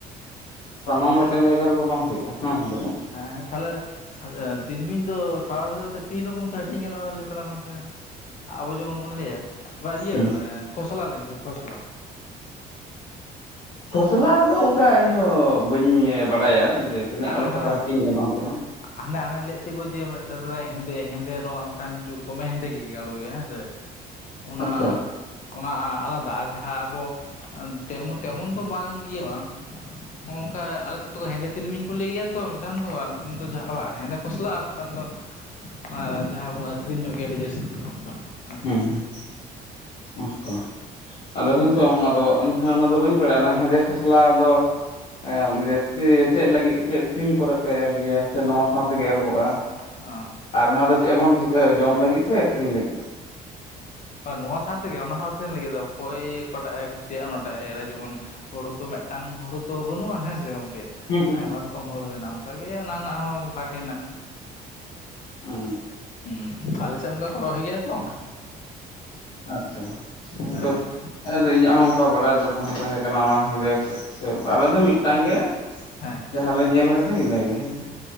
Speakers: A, on the left; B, on the left.
A: ᱥᱟᱱᱟᱢ
B: ᱛᱟᱦᱚᱞᱮ
A: ᱞᱮᱠᱟᱱ ᱡᱟᱭᱜᱟ ᱨᱮᱫᱚ ᱵᱟᱝ ᱦᱩᱭᱩᱜᱼᱟ᱾ ᱦᱮᱸ ᱞᱟᱹᱭᱢᱮ?
B: ᱦᱮᱸ ᱦᱮᱸ ᱛᱟᱦᱚᱞᱮ ᱛᱤᱞᱢᱤᱧ ᱫᱚ ᱥᱟ ᱠᱟᱛᱮ ᱛᱤᱱ ᱨᱚᱠᱚᱢ ᱛᱮ ᱦᱟᱹᱴᱤᱧ ᱜᱟᱱᱚᱜᱼᱟ ᱞᱟᱹᱭ ᱛᱟᱞᱟ ᱢᱮᱥᱮ ᱟᱵᱚ ᱡᱮᱢᱚᱱ ᱵᱚᱱ ᱞᱟᱹᱭᱟ ᱵᱟ
A: ᱢᱮ
B: ᱤᱭᱟᱹ ᱠᱷᱚᱥᱞᱟ ᱞᱟᱭ ᱢᱮᱥᱮ ᱠᱷᱚᱥᱞᱟ
A: ᱠᱷᱚᱥᱞᱟ ᱫᱚ ᱚᱱᱠᱟ ᱤᱧ ᱦᱚᱸ ᱵᱟᱹᱧ ᱵᱟᱰᱟᱭᱟ ᱡᱮ ᱛᱤᱱᱟᱹᱜ
B: ᱟᱨ
A: ᱞᱮᱠᱟᱛᱮ
B: ᱦᱟᱱᱟ
A: ᱦᱟᱹᱴᱤᱧ ᱜᱟᱱᱚᱜᱼᱟ ᱮᱱᱛᱮ
B: ᱦᱟᱱᱮ ᱦᱟᱱᱮ ᱞᱟᱹᱭᱮᱛ ᱛᱟᱦᱮᱫ ᱠᱚ ᱡᱮ ᱢᱤᱫᱴᱟᱱ ᱦᱮᱸᱫᱮ ᱦᱮᱸᱫᱮ ᱨᱚᱝᱟᱜ ᱢᱤᱫᱴᱟᱝ ᱦᱤᱡᱩᱜ ᱫᱚᱢᱮ ᱦᱮᱸᱫᱮ ᱜᱮ ᱜᱟᱲᱚᱜ ᱜᱮᱭᱟ ᱦᱮᱸ ᱥᱮ ᱚᱱᱟ
A: ᱟᱪᱪᱷᱟ
B: ᱚᱱᱟ ᱟᱞᱟᱫᱟ ᱟᱨ ᱡᱟᱦᱟᱸ ᱟᱵᱚ ᱛᱮᱢᱚ ᱛᱮᱢᱚᱱ ᱫᱚ ᱵᱟᱝ ᱤᱭᱟᱹᱜᱼᱟ᱾ ᱦᱚᱸ ᱚᱱᱠᱟ ᱟᱞ ᱥᱮᱫ ᱫᱚᱠᱚ ᱦᱮᱸᱫᱮ ᱛᱤᱞᱟᱹᱢᱤᱧ ᱠᱩ ᱞᱟᱹᱭ ᱜᱮᱭᱟ ᱛᱚ ᱢᱤᱫᱴᱟᱝ ᱫᱚ ᱟᱨ ᱢᱤᱫᱴᱟᱝ ᱫᱚ ᱦᱮᱸᱫᱮ ᱠᱷᱚᱥᱞᱟ ᱟᱨ ᱢᱤᱫᱴᱟᱝ ᱫᱚ ᱟᱨ ᱡᱟᱦᱟᱸ ᱵᱚᱱ ᱟᱹᱠᱷᱨᱤᱧ ᱧᱚᱜ ᱜᱮᱭᱟ ᱟᱹᱰᱤ ᱡᱟᱹᱥᱛᱤ ᱚᱱᱠᱟ᱾ ᱟᱨᱠᱤ
A: ᱦᱩᱸ ᱦᱩᱸ ᱟᱪᱪᱷᱟ᱾ ᱟᱫᱚ ᱦᱮᱸ ᱪᱚᱝ ᱟᱫᱚ ᱤᱧᱦᱚ ᱚᱱᱟ ᱫᱚ ᱵᱟᱹᱧ ᱵᱟᱲᱟᱭᱟ ᱚᱱᱟ ᱦᱮᱸᱫᱮ ᱠᱷᱚᱥᱞᱟ ᱫᱚ ᱮ ᱡᱟᱥᱛᱤ ᱪᱮᱫ ᱞᱟᱹᱜᱤᱫ ᱪᱮᱫ ᱛᱤᱱ ᱠᱚᱨᱮᱜ ᱯᱮ ᱮᱨ ᱜᱮᱭᱟ ᱥᱮ ᱱᱚᱣᱟ ᱥᱟᱶ ᱛᱮᱜᱮ ᱮᱨᱚᱜᱚᱜᱼᱟ?
B: ᱚ
A: ᱟᱨ ᱚᱱᱟ ᱫᱚ ᱪᱮᱫ ᱵᱚᱱ ᱪᱤᱠᱟᱹᱭᱟ ᱡᱚᱢ ᱞᱟᱹᱜᱤᱫ ᱥᱮ ᱟᱹᱠᱷᱨᱤᱧ ᱞᱟᱹᱜᱤᱫ?
B: ᱱᱚᱣᱟ ᱥᱟᱶᱛᱮᱜᱮ ᱚᱱᱟ ᱦᱚᱸ ᱟᱹᱠᱷᱨᱤᱧ ᱞᱟᱹᱜᱤᱫ ᱫᱚ ᱚᱠᱚᱭ ᱚᱠᱟᱴᱟᱜᱼᱮ ᱠᱩᱥᱤᱭᱟᱜᱼᱟ ᱚᱱᱟᱴᱟᱜᱼᱮ ᱮᱨᱟ ᱡᱮᱢᱚᱱ ᱦᱩᱲᱩ ᱛᱚ ᱢᱤᱫᱴᱟᱝ ᱦᱩᱲᱩ ᱛᱚ ᱵᱟᱹᱱᱩᱜᱼᱟ ᱦᱮᱸ ᱥᱮ ᱜᱚᱝᱠᱮ?
A: ᱦᱩᱸ ᱦᱩᱸ
B: ᱟᱭᱢᱟ ᱨᱚᱠᱚᱢ ᱦᱚᱲ ᱢᱮᱱᱟᱜᱼᱟ ᱚᱱᱠᱟᱜᱼᱮ ᱚᱱᱟ ᱨᱮᱱᱟᱜ ᱦᱚᱸ ᱵᱷᱟᱜᱽ ᱦᱮᱱᱟᱜᱼᱟ᱾
A: ᱚ
B: ᱦᱸ ᱟᱞᱮᱥᱮᱫ ᱚᱱᱠᱟ ᱠᱚ ᱨᱚᱦᱚᱭ ᱜᱮᱭᱟ ᱛᱚ,
A: ᱟᱪᱪᱷᱟ ᱦᱮᱸᱛᱚ
B: ᱦᱮᱸ
A: ᱤᱧᱟᱹᱜ ᱦᱚᱸ ᱚᱱᱠᱟ ᱵᱟᱰᱟᱭ ᱫᱚ ᱵᱟᱝ ᱛᱟᱦᱮᱸ ᱠᱟᱱᱟ ᱚᱱᱟ ᱦᱮᱸᱫᱮ ᱥᱮ ᱟᱞᱮ ᱫᱚ ᱢᱤᱫᱴᱟᱝ ᱜᱮ
B: ᱦᱮᱸ
A: ᱡᱟᱦᱟᱸ ᱞᱮ ᱧᱮᱞ ᱠᱟᱫᱟ ᱤᱱᱟᱹᱜᱮ ᱦᱮᱸᱥᱮ?